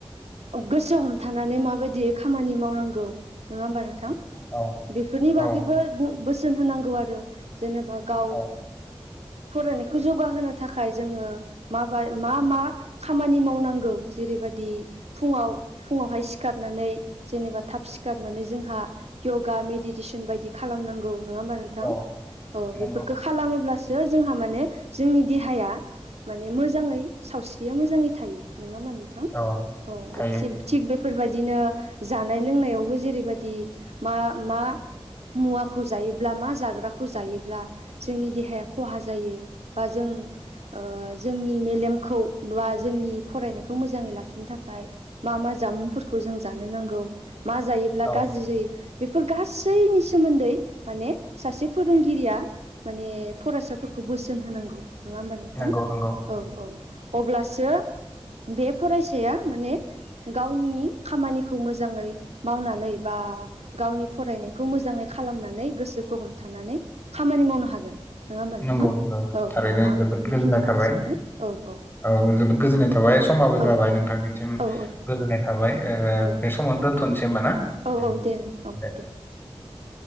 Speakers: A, on the right; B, on the left.
A: गोसो हमथानानै माबायदि खामानि मावनांगौ नङा होमबा नोंथां?
B: औ
A: बेफोरनि
B: औ
A: बागैबो बु बोसोन होनांगौ आरो जेनेबा गाव
B: औ
A: फरायनायखौ जौगाहोनो थाखाय जोङो माबाय मा मा खामानि मावनांगौ जेरैबादि फुङाव फुङावहाय सिखारनानै जेनेबा थाफ सिखारनानै जोंहा य'गा मेडिटेसन बायदि खालामनांगौ नङा होमबा नों थां
B: औ
A: औ
B: नंगौ
A: बेफोरखौ खालामोब्लासो जोंहा माने जोंनि देहाया माने मोजाङै सावस्रिया मोजाङै थायो नंङा ओम नोंथां
B: औ
A: औ
B: थायो
A: थिब थिख बेफोरबायदिनो जानाय लोंनायावबो जेरैबादि मा मा मुवाखौ जायोब्ला मा जाग्राखौ जायोब्ला जोंनि देहाया खहा जायो। बा जों ओ जोंनि मेलेमखौ बा जोंनि फरायनायखौ मोजाङै लाखिनो थाखाय मा मा जामुंफोरखौ जों जानो नांगौ मा जायोब्ला
B: औ
A: गाज्रि जायो। बेफोर गासैनि सोमोन्दै माने सासे फोरोंगिरिया माने फरायसाफोरखौ बोसोन होनांगौ नङा होमबा नोंथां?
B: नंगौ नंगौ
A: औ औ अब्लासो बे फरायसाया माने गावनि खामानिखौ मोजां जाङै मावनानै बा गावनि फरायनायखौ मोजांङै खालामनानै गोसोखौ हमथानानै खामानि मावनो हागोन, नंङा होमबा नोंथां?
B: नंगौ नंगौ
A: औ
B: थारैनो
A: औ आं
B: जोबोद
A: बेखिनिखौनो
B: गोजोननाय थाबाय
A: सानो औ औ।
B: औ जोबोद गोजोननाय थाबाय समाबो
A: औ
B: जाबाय नोंथांनिसिम
A: औ
B: गोजोननाय थाबाय ओ
A: औ
B: बे समाव दोनथ'नोसै होनबा ना?
A: औ
B: उम।
A: औ दे औ दे।